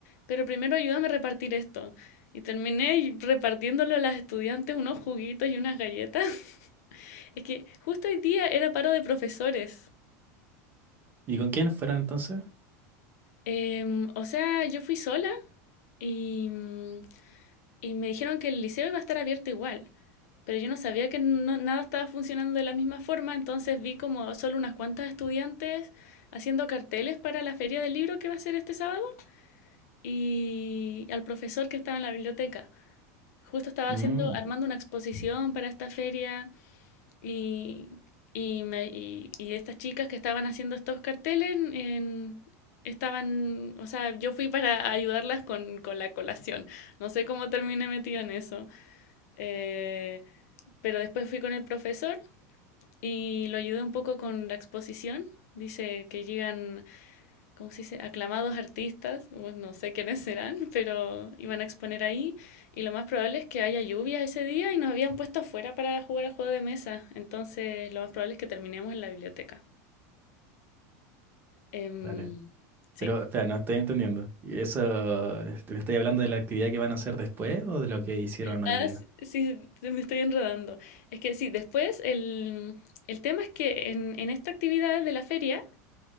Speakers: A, on the left; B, on the right.
A: pero primero ayúdame a repartir esto. Y terminé y- repartiéndole a las estudiantes unos juguitos y unas galletas. <laughs> Es que justo hoy día era paro de profesores.
B: ¿Y con quiénes fueron entonces?
A: Em, o sea, yo fui sola y, mm, y me dijeron que el liceo iba a estar abierto igual, pero yo no sabía que no- nada estaba funcionando de la misma forma, entonces vi como solo unas cuantas estudiantes haciendo carteles para la feria del libro que va a ser este sábado. y al profesor que estaba en la biblioteca. Justo estaba haciendo,
B: Mm,
A: armando una exposición para esta feria y, y, me- y- y estas chicas que estaban haciendo estos carteles en- estaban, o sea, yo fui para ayudarlas con, con la colación. No sé cómo terminé metida en eso. Eh, pero después fui con el profesor y lo ayudé un poco con la exposición. Dice que llegan ¿cómo se dice? aclamados artistas, bueno, no sé quiénes serán, pero iban a exponer ahí y lo más probable es que haya lluvia ese día y nos habían puesto afuera para jugar al juego de mesa, entonces lo más probable es que terminemos en la biblioteca. Em,
B: dale.
A: sí.
B: Pero, espera, no estoy entendiendo. ¿Y eso, este, me estáis hablando de la actividad que van a hacer después o de lo que hicieron
A: Ah,
B: hoy día?
A: sí, sí, sí, me estoy enredando. Es que sí, después el, el tema es que en, en esta actividad de la feria